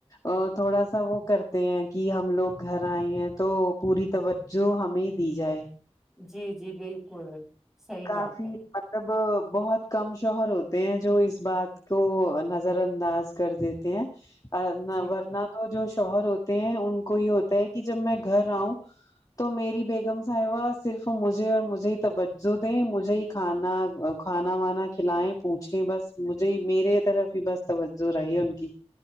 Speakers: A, on the left; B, in the centre.
A: اور تھوڑا سا وہ کرتے ہیں کہ ہم لوگ گھر آئے ہیں تو پوری توجہ ہمیں دی جائے
B: جی جی بالکل صحیح
A: کافی
B: بات ہے
A: مطلب بہت کم شوہر ہوتے ہیں جو اس بات کو نظر انداز کر دیتے ہیں اور نہ
B: جی
A: ورنہ تو جو شوہر ہوتے ہیں ان کو یہ ہوتا ہے کہ جب میں گھر آؤں تو میری بیگم صاحبہ پھر تو مجھے مجھے ہی توجو دے مجھے کھانا کھانا وانا کھلائے پوچھے بس مجھے ہی میرے ہی طرف توجو رہی انکی